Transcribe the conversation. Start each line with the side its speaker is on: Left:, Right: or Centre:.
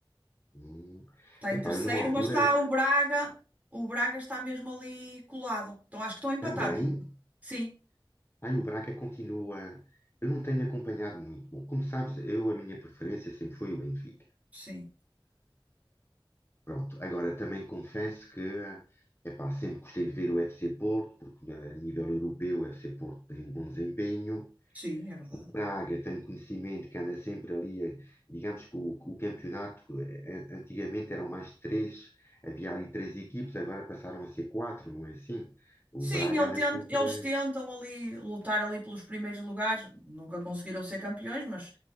Left: Hum.
Right: está em
Left: Epá,
Right: terceiro,
Left: eu numa altura
Right: mas está o Braga. O Braga está mesmo ali colado. Então acho que estão empatados.
Left: também.
Right: Sim,
Left: Aí o Braga continua. Eu não tenho acompanhado muito. Bom, como sabes, eu a minha preferência sempre foi o Benfica.
Right: sim,
Left: Pronto, agora também confesso que epá, sempre gostei de ver o FC Porto, porque eh, a nível europeu o FC Porto tem um bom desempenho.
Right: sim, é verdade.
Left: O Braga, tenho conhecimento que anda sempre ali, eh, digamos que o, o campeonato, eh, antigamente eram mais três, havia ali três equipes, agora passaram a ser quatro, não é assim? O
Right: Sim,
Left: Braga
Right: ele
Left: anda
Right: tent-
Left: sempre.
Right: eles tentam ali lutar ali pelos primeiros lugares, nunca conseguiram ser campeões, mas,